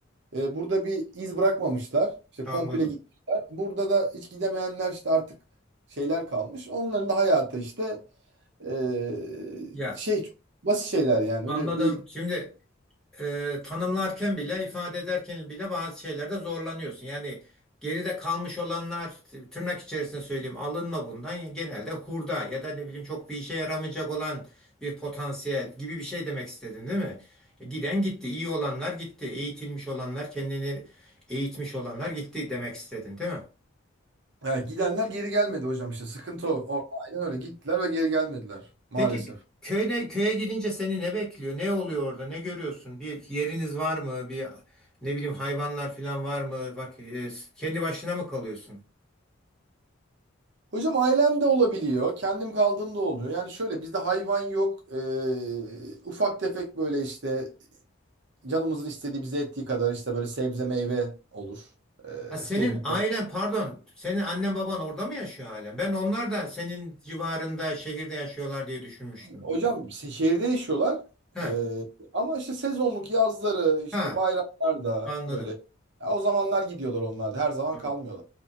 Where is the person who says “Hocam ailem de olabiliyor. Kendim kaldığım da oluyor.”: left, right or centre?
Right